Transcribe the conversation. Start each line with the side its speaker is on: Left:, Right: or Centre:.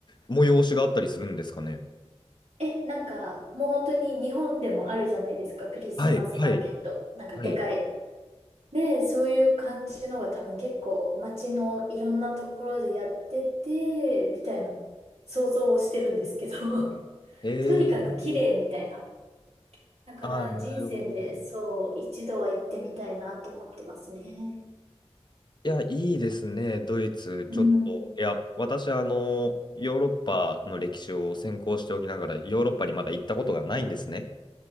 Left: 催しがあったりするんですかね。
Right: え、なんか、もう本当に日本でもあるじゃないですか、クリスマスマーケット。
Left: はい、はい、
Right: なんかでかい
Left: はい。
Right: で、そういう感じのが多分結構街のいろんなところでやってて、みたいな想像をしてるんですけど、<laughs>
Left: えー、
Right: とにかく綺麗みたいな。だから人生でそう一度は行ってみたいなと思ってますね。
Left: ああ、なるほど。いや、いいですね、ドイツ。
Right: うん。
Left: ちょっと、いや、私、あの、ヨーロッパの歴史を専攻しておきながら、ヨーロッパにまだ行ったことがないんですね。